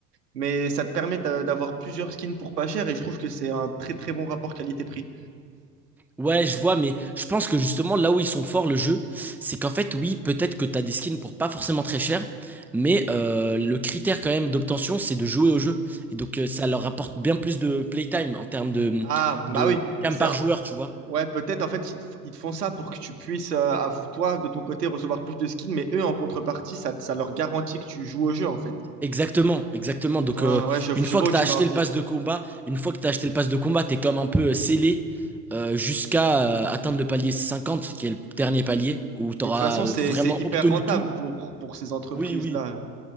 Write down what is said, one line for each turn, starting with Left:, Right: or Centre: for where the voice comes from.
Right: Mais ça te permet d'a- d'avoir plusieurs skins pour pas cher et je trouve que c'est un très très bon rapport qualité-prix.
Centre: Ouais, je vois, mais je pense que justement, là où ils sont forts, le jeu, c'est qu'en fait, oui, peut-être que t'as des skins pour pas forcément très cher, mais euh, le critère quand même d'obtention, c'est de jouer au jeu. Et donc, euh, ça leur apporte bien plus de playtime en termes de,
Right: Ah, bah
Centre: de
Right: oui.
Centre: playtime
Right: C'est...
Centre: par joueur, tu vois.
Right: Ouais, peut-être en fait, ils te, f- ils te font ça pour que tu puisses, euh, à vous, toi, de ton côté, recevoir plus de skins, mais eux, en contrepartie, ça, ça leur garantit que tu joues au jeu, en fait.
Centre: Exactement, exactement. Donc,
Right: Ah,
Centre: euh,
Right: ouais, je,
Centre: une
Right: je
Centre: fois
Right: vois
Centre: que
Right: où
Centre: tu
Right: tu
Centre: as acheté
Right: veux en venir.
Centre: le pass de combat, une fois que tu acheté le pass de combat, tu es comme un peu euh, scellé euh, jusqu'à euh, atteindre le palier 50, qui est le dernier palier, où tu
Right: Mais
Centre: auras
Right: de toute façon, c'est,
Centre: vraiment
Right: c'est hyper
Centre: obtenu
Right: rentable
Centre: tout.
Right: pour, pour ces entreprises-là.
Centre: Oui, oui.